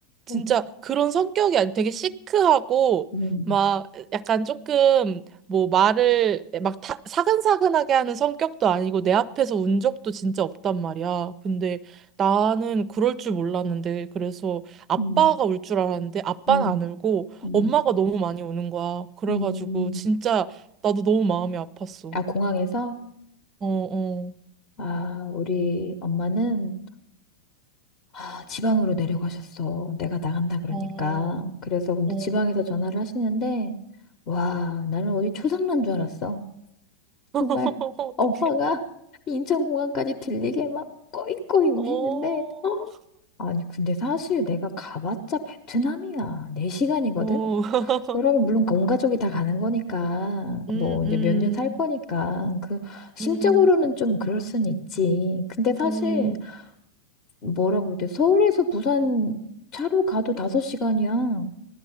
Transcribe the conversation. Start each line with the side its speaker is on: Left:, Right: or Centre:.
Right: 진짜
Left: 응.
Right: 그런 성격이 아니 되게 시크하고
Left: 음,
Right: 막 약간 조금 뭐 말을 막 타- 사근사근하게 하는 성격도 아니고 내 앞에서 운 적도 진짜 없단 말이야. 근데 나는 그럴 줄 몰랐는데 그래서 아빠가
Left: 음,
Right: 울 줄 알았는데 아빠는
Left: 음,
Right: 안 울고
Left: 음,
Right: 엄마가 너무 많이 우는 거야. 그래가지고
Left: 음.
Right: 진짜 나도 너무 마음이 아팠어.
Left: 아, 공항에서?
Right: 어, 어,
Left: 아, 우리 엄마는, 아, 지방으로 내려가셨어. 내가 나간다 그러니까.
Right: 어,
Left: 그래서 근데
Right: 어.
Left: 지방에서 전화를 하시는데, 와, 나는 어디 초상난 줄 알았어.
Right: <laughs>
Left: 정말
Right: 어떡해.
Left: 엄마가 인천공항까지 들리게 막 꺼이꺼이 우시는데,
Right: 어,
Left: 아니, 근데 사실 내가 가봤자 베트남이야. 4시간이거든?
Right: 어, <laughs>
Left: 그러면 물론 온 가족이 다 가는 거니까,
Right: 음,
Left: 뭐 이제
Right: 음,
Left: 몇 년 살 거니까, 그, 심적으로는
Right: 음,
Left: 좀 그럴 순 있지. 근데 사실,
Right: 음,
Left: 뭐라고 해야 돼? 서울에서 부산 차로 가도 5시간이야.